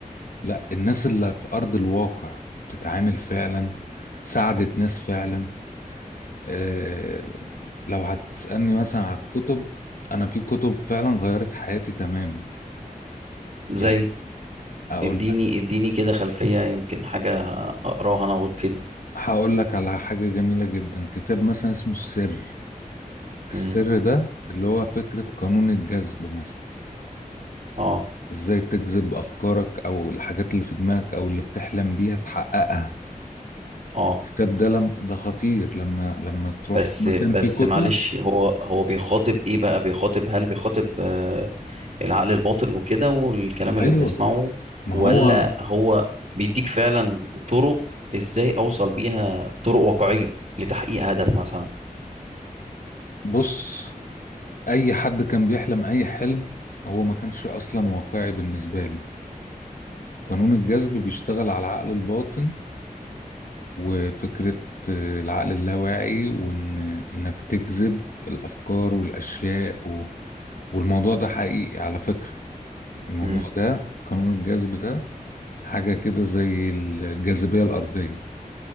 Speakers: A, on the left (about 70°); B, on the right (about 55°).
A: لا الناس اللي في ارض الواقع بتتعامل فعلا ساعدت ناس فعلا آه، لو هتسألني مثلا على الكتب انا في كتب فعلا غيرت حياتي تماما
B: زي
A: يعني اقول
B: اديني
A: لك
B: اديني كده خلفية يمكن حاجة اقراها انا وتفيدني
A: هقول لك على حاجة جميلة جدا كتاب مثلا اسمه السر السر
B: امم
A: ده اللي هو فكرة قانون الجذب مثلا
B: اه
A: ازاي تجذب افكارك او الحاجات اللي في دماغك او اللي بتحلم بيها تحققها
B: اه
A: الكتاب ده لم ده خطير لما لما تروح
B: بس
A: مكان
B: بس
A: فيه كتب
B: معلش هو هو بيخاطب ايه بقى بيخاطب هل بيخاطب آه العقل الباطن وكده والكلام اللي
A: ايوه
B: بنسمعه
A: ما
B: ولا
A: هو
B: هو بيديك فعلا طرق ازاي اوصل بيها طرق واقعية لتحقيق هدف مثلا
A: بص اي حد كان بيحلم اي حلم هو ما كانش اصلا واقعي بالنسبه له قانون الجذب بيشتغل على العقل الباطن وفكره آه، العقل اللاواعي وان انك تجذب الافكار والاشياء و... والموضوع ده حقيقي على فكره الموضوع
B: امم
A: ده قانون الجذب ده حاجه كده زي الجاذبيه الارضيه